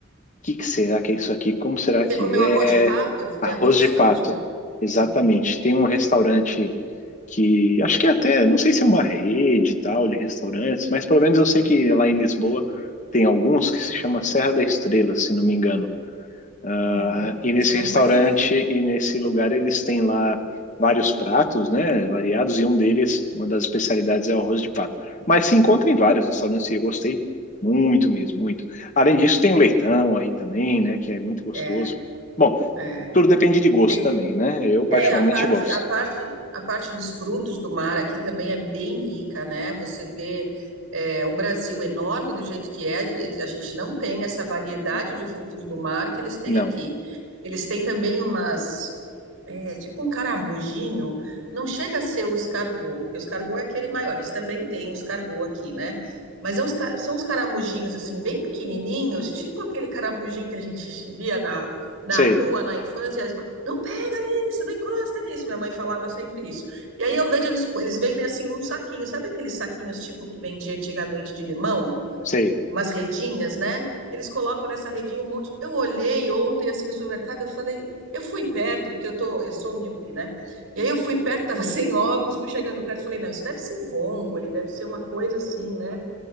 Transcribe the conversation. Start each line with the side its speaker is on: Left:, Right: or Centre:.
Left: que que será que é isso aqui? Como será
Right: Você
Left: que
Right: comeu
Left: é?
Right: arroz de pato? Foi
Left: Arroz
Right: arroz?
Left: de pato.
Right: Arroz de pato.
Left: Exatamente.
Right: Uhum.
Left: Tem um restaurante que acho que é até, não sei se é uma rede e tal de restaurantes, mas pelo menos eu sei que lá em Lisboa tem alguns que se chama Serra da Estrela, se não me engano.
Right: Hum,
Left: Ah, E nesse
Right: esse eu não
Left: restaurante
Right: conheço.
Left: e nesse lugar eles têm lá vários pratos, né, variados, e um deles, uma das especialidades é o arroz de pato. Mas se encontra em vários restaurantes e eu gostei muito mesmo, muito. Além disso, tem o leitão aí também, né, que é muito gostoso.
Right: É,
Left: Bom,
Right: é.
Left: tudo depende de gosto
Right: Tem-
Left: também, né? Eu particularmente
Right: é, a parte,
Left: gosto.
Right: a parte, a parte dos frutos do mar aqui também é bem rica, né? Você vê, é, o Brasil enorme do jeito que é, eles- a gente não tem essa variedade de frutos do mar que eles têm
Left: Não,
Right: aqui. Eles têm também umas. É, tipo um caramujinho, não chega a ser o escargot, porque o escargot é aquele maior, eles também têm o escargot aqui, né? Mas é uns ca- são os caramujinhos, assim, bem pequenininhos, tipo aquele caramujinho que a gente <laughs> via na, na
Left: sei,
Right: rua, na infância, e as ma- não pega nisso, não encosta nisso, minha mãe falava sempre isso. E aí eu vejo eles, eles vendem, assim, um saquinho, sabe aqueles saquinhos tipo que vendia antigamente de limão?
Left: sei,
Right: umas redinhas, né? Eles colocam nessa redinha um monte. Eu olhei ontem assim no supermercado, eu falei, eu fui perto, porque eu tô, eu sou míope, né? E aí eu fui perto, <laughs> tava sem óculos, fui chegando perto, falei, não, isso deve ser vongole, deve ser uma coisa assim, né?